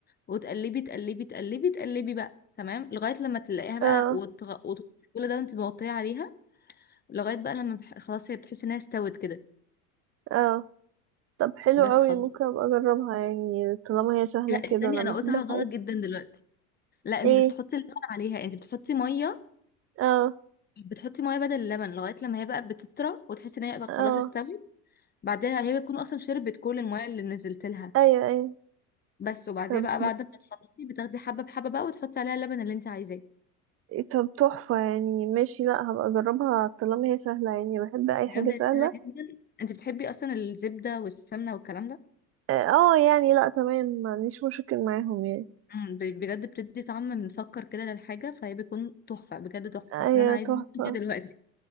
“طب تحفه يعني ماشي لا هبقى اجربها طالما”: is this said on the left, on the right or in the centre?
Right